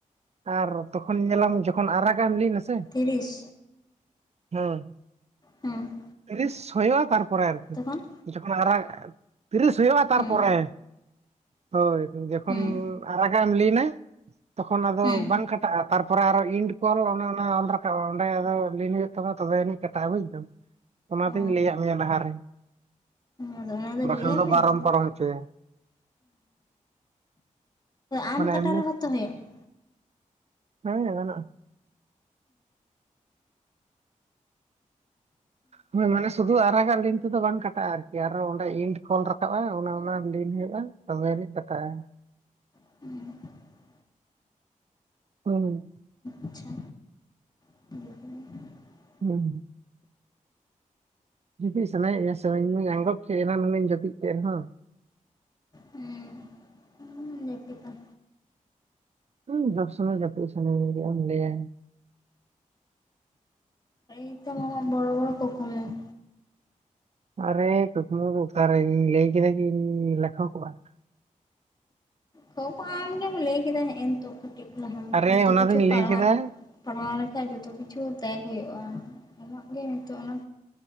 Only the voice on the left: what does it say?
ᱛᱤᱨᱤᱥ,
ᱦᱩᱸ ᱾
ᱛᱚᱠᱷᱚᱱ,
ᱦᱩᱸ
ᱦᱩᱸ
ᱦᱩᱸ᱾
ᱚ
ᱟᱫᱚ ᱚᱱᱟ
ᱞᱟᱹᱭ
ᱢᱮ
ᱛᱚᱵᱮ
ᱟᱢ
ᱠᱟᱴᱟ
ᱨᱮᱦᱚᱸᱛᱚ ᱦᱩᱭᱩᱜᱼᱟ ᱾
<inaudible>
ᱟᱪᱪᱷᱟ <inaudible>
ᱦᱮᱸ ᱡᱟᱹᱯᱤᱫᱟ
ᱮ ᱛ ᱟᱢᱟᱜ ᱵᱚᱲᱚ ᱵᱚᱲ ᱠᱩᱠᱢᱩ ᱾
ᱠᱷ ᱟᱢᱜᱮᱢ ᱞᱟᱹᱭ ᱠᱮᱫᱟᱸ ᱱᱤᱛᱚᱜ ᱠᱟᱹᱴᱤᱡ ᱞᱟᱦᱟ
ᱡᱚᱛᱚ
ᱠᱤᱪᱷᱩ
ᱯᱟᱲᱦᱟᱜ,
ᱯᱟᱲᱦᱟᱣ ᱞᱮᱠᱷᱟᱡ ᱡᱚᱛᱚ ᱠᱤᱪᱷᱩ ᱛᱮᱭᱟᱜ ᱦᱩᱭᱩᱜᱼᱟ, ᱟᱢᱟᱜ ᱜᱮ ᱱᱤᱛᱚᱜ ᱚᱱᱟ,